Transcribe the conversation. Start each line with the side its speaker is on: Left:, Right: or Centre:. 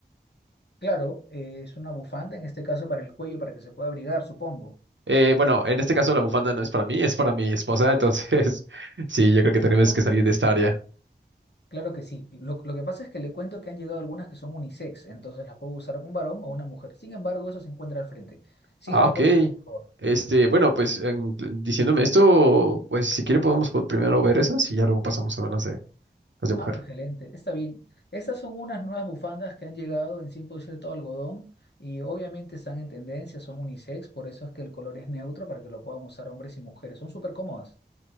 Left: Claro, eh, es una bufanda, en este caso para el cuello, para que se pueda abrigar, supongo.
Right: Eh, bueno, en este caso la bufanda no es para mí, es para mi esposa, entonces <laughs> sí, yo creo que tenemos
Left: ¿no?
Right: que salir de esta área.
Left: Claro que sí. Lo, lo que pasa es que le cuento que han llegado algunas que son unisex, entonces las puedo usar un varón o una mujer. Sin embargo, eso se encuentra al frente. Sígame
Right: Ah, ok.
Left: por aquí, por favor.
Right: Este, bueno, pues en- diciéndome esto, pues si quiere podemos po- primero ver esas y ya luego pasamos a ver las de, las de
Left: Ah,
Right: mujer.
Left: excelente, está bien. Estas son unas nuevas bufandas que han llegado en 100% algodón y obviamente están en tendencia, son unisex, por eso es que el color es neutro para que lo puedan usar hombres y mujeres. Son súper cómodas.